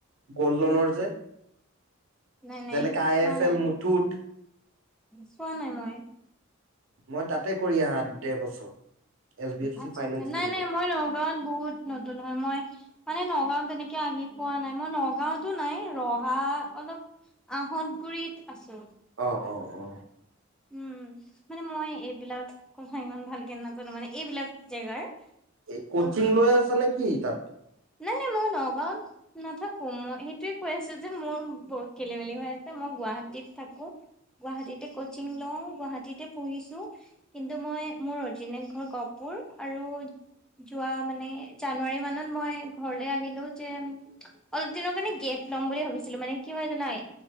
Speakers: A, on the right; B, in the centre.
A: গ'ল্ড লোনৰ যে
B: নাই নাই
A: যেনেকে আই
B: চোৱা
A: এফ
B: নাই
A: এল মুঠুত
B: চোৱা নাই মই
A: মই তাতে কৰি আহা দেৰ বছৰ এছ বি এফ চি
B: আছা
A: ফাইনেন্স
B: আচছা নাই
A: লিমিটেড
B: নাই মই নগাৱত বহুত নতুন হয় মই মানে নগাঁও তেনেকে আহি পোৱা নাই মই নগাঁওতো নাই ৰহা অলপ আহল গুৰিিত আছে
A: অ অ অ
B: উম মানে মই এইবিলাক কথা ইমান ভালকে নাপালো মানে এইবিলাক জেগাৰ
A: এই কচিং
B: ত
A: লৈ আছা নেকি কি তাত
B: নাই নাই মই নগাঁৱত নাথাকো মই সেইটোৱে কৈ আছো যে মোৰ বহুত খেলি মেলি হৈ আছে মই গুৱাহাটীত থাকো গুৱাহাটীতে কচিং লওঁ গুৱাহাটীতে পঢ়িছো কিন্তু মই মোৰ অৰিজিনেল ঘৰ গহপুৰ আৰু যোৱা মানে জানুৱাৰী মানত মই ঘৰলে আহিলো যে অলপ দিনৰ কাৰণে গেপ ল'ম বুলি ভাবিছিলো মানে কি হয় জানাই